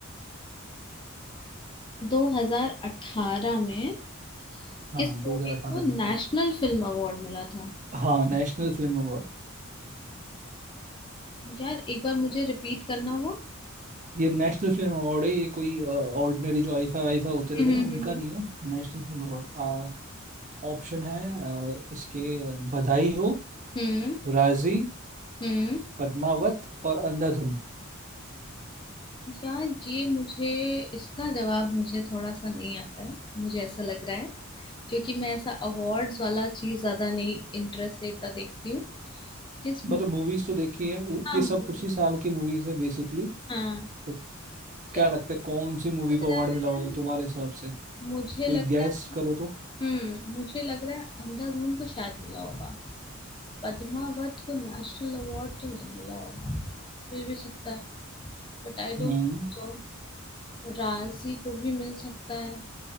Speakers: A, on the left; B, on the right.
A: दो हजार अठारह में
B: हाँ
A: किस
B: 2018
A: मूवी को
B: में
A: नेशनल फिल्म अवार्ड मिला था
B: हाँ नेशनल फिल्म अवार्ड
A: यार एक बार मुझे रिपीट करना वो
B: ये नेशनल फिल्म अवार्ड है ये कोई ऑर्डिनरी जो आईफा वाईफा होते रहते
A: हम्म
B: हैं ना उनका
A: हम्म
B: नहीं है National film award ऑप्शन है अ, इसके अ, बधाई हो
A: हम्म हम्म,
B: राजी
A: हम्म।
B: पद्मावत और अंधाधुन
A: यार ये मुझे इसका जवाब मुझे थोड़ा सा नहीं आता है मुझे ऐसा लग रहा है क्योंकि मैं ऐसा अवार्ड्स वाला चीज ज्यादा नहीं इंटरेस्ट से इतना देखती हूँ किस
B: मतलब
A: मूवी
B: मूवीज तो देखी है वो-
A: हाँ
B: ये सब
A: movie-
B: उसी साल की मूवीज है बेसिकली
A: हाँ
B: तो क्या
A: यार
B: लगता है कौन सी मूवी
A: लग
B: को
A: रहा
B: अवार्ड मिला होगा
A: है
B: तुम्हारे हिसाब से
A: मुझे
B: कोई
A: लगता
B: गैस
A: है
B: करो तो
A: हम्म मुझे लग रहा है अंधाधुन को शायद मिला होगा पद्मावत को नेशनल अवार्ड तो नहीं मिला होगा मिल भी सकता है but I
B: हम्म
A: don't So Raazi को भी मिल सकता है